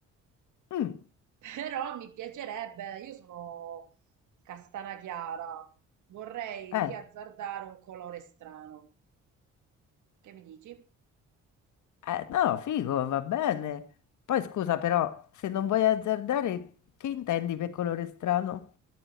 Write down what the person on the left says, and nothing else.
Mm,
eh,
eh, no, figo, va bene. Poi scusa però, se non vuoi azzardare, che intendi per colore strano?